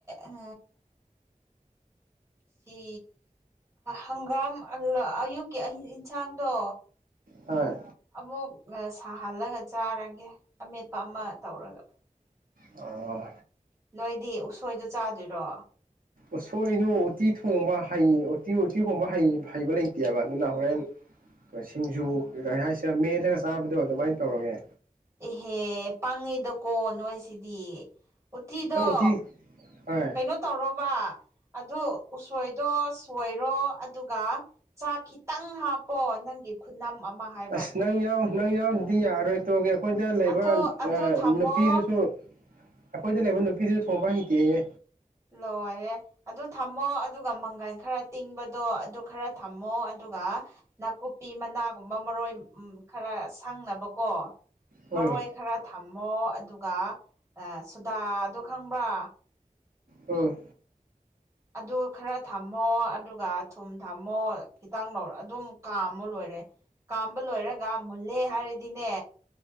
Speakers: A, on the right (about 20°); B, on the right (about 85°).
A: ꯎꯝ ꯁꯤ ꯍꯪꯒꯥꯝ ꯑꯌꯨꯛꯀꯤ ꯏꯟꯁꯥꯡꯗꯣ
B: ꯍꯣꯏ
A: ꯑꯃꯨꯛ ꯁꯥꯍꯜꯂꯒ ꯆꯥꯔꯒꯦ ꯑꯃꯦꯠꯄ ꯑꯃꯥ ꯇꯧꯔꯒ
B: ꯑꯣ
A: ꯅꯣꯏꯗꯤ ꯎꯁꯣꯏꯗꯣ ꯆꯥꯗꯣꯏꯔꯣ
B: ꯎꯁꯣꯏꯗꯨ ꯎꯇꯤ ꯊꯣꯡꯕ ꯍꯩ ꯎꯇꯤ ꯎꯇꯤ ꯊꯣꯡꯕ ꯍꯩ ꯍꯩꯕ ꯂꯩꯇꯦꯕ ꯑꯗꯨꯅ ꯍꯣꯔꯦꯟ <unintelligible> ꯁꯤꯡꯖꯨ
A: ꯎꯝ
B: ꯀꯩꯩ ꯍꯥꯏꯁꯤꯔꯥ ꯃ‌ꯦꯠꯂꯒ ꯆꯥꯕꯗꯣ ꯑꯗꯨꯃꯥꯏꯅ ꯇꯧꯔꯒꯦ
A: ꯑꯦꯍꯦ ꯄꯪꯉꯤꯗꯀꯣ ꯅꯣꯏꯁꯤꯗꯤ ꯎꯠꯇꯤꯗꯣ
B: ꯅꯪ ꯎꯇꯤ ꯍꯣꯏ
A: ꯀꯩꯅꯣ ꯇꯧꯔꯣꯕ ꯑꯗꯨ ꯎꯁꯣꯏꯗꯣ ꯁꯣꯏꯔꯣ ꯑꯗꯨꯒ ꯆꯥꯛ ꯈꯤꯇꯪ ꯍꯥꯞꯄꯣ ꯅꯪꯒꯤ ꯈꯨꯠꯅꯝ ꯑꯃꯥ ꯍꯥꯏ
B: ꯑꯁ ꯅꯪ ꯌꯥꯎ ꯅꯪ ꯌꯥꯎꯗ꯭ꯔꯗꯤ ꯌꯔꯣꯏ ꯇꯧꯒꯦ ꯑꯩꯈꯣꯏꯗ ꯂꯩꯕ
A: ꯑꯗꯣ ꯑꯗꯨ ꯊꯝꯃꯣ
B: ꯅꯨꯄꯤꯗꯨꯁꯨ ꯑꯩꯈꯣꯏꯗ ꯂꯩꯕ ꯅꯨꯄꯤꯗꯨ ꯊꯣꯡꯕ ꯍꯩꯇꯦꯌꯦ
A: ꯂꯣꯏꯔꯦ ꯑꯗꯨ ꯊꯝꯃꯣ ꯑꯗꯨꯒ ꯃꯪꯒꯟ ꯈꯔ ꯇꯤꯡꯕꯗꯣ ꯑꯗꯨ ꯈꯔ ꯊꯝꯃꯣ ꯑꯗꯨꯒ ꯅꯥꯀꯨꯞꯄꯤ ꯃꯅꯥꯒꯨꯝꯕ ꯃꯔꯣꯏ ꯎꯝ ꯈꯔ ꯁꯪꯅꯕꯀꯣ
B: ꯎꯝ
A: ꯃꯔꯣꯏ ꯈꯔ ꯊꯝꯃꯣ ꯑꯗꯨꯒ ꯑꯥ ꯁꯨꯗꯥꯗꯣ ꯈꯪꯕ꯭ꯔꯥ
B: ꯎꯝ
A: ꯑꯗꯨ ꯈꯔ ꯊꯝꯃꯣ ꯑꯗꯨꯒ ꯊꯨꯝ ꯊꯝꯃꯣ ꯈꯤꯇꯪ ꯂꯧꯔ ꯈꫪ ꯑꯗꯨꯝ ꯀꯥꯝꯃꯣ ꯂꯣꯏꯔꯦ ꯀꯥꯝꯕ ꯂꯣꯏꯔꯒ ꯃꯨꯜꯂꯦ ꯍꯥꯏꯔꯗꯤꯅꯦ